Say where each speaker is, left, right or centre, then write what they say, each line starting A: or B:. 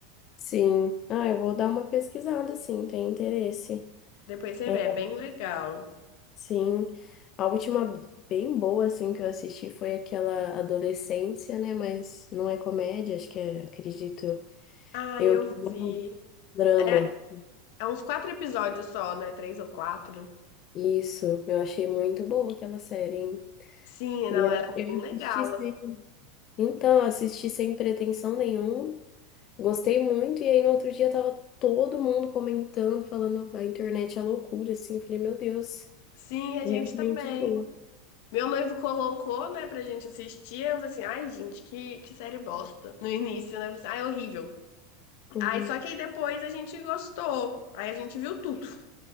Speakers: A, on the left; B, on the left.
A: Sim. Ah, eu vou dar uma pesquisada, sim, tem interesse.
B: Depois você
A: É,
B: vê, é bem legal.
A: Sim, a última bem boa, assim, que eu assisti foi aquela Adolescência, né? Mas não é comédia, acho que é, acredito
B: Ah,
A: eu,
B: eu
A: que é
B: vi.
A: um drama.
B: É, é uns quatro episódios só, né? Três ou quatro.
A: Isso, eu achei muito boa aquela série.
B: Sim, não,
A: E Eu,
B: ela
A: eu
B: é bem legal.
A: assisti sem, então, assisti sem pretensão nenhuma, gostei muito, e aí no outro dia tava todo mundo comentando, falando a internet é loucura, assim, falei, meu Deus,
B: Sim, a
A: realmente
B: gente também.
A: é boa.
B: Meu noivo colocou, né, pra gente assistir. Eu falei assim, ai, gente, que, que série bosta. No início, né? Eu falei assim, Ai, horrível.
A: Uhum.
B: Aí só que aí depois a gente gostou. Aí a gente viu tudo.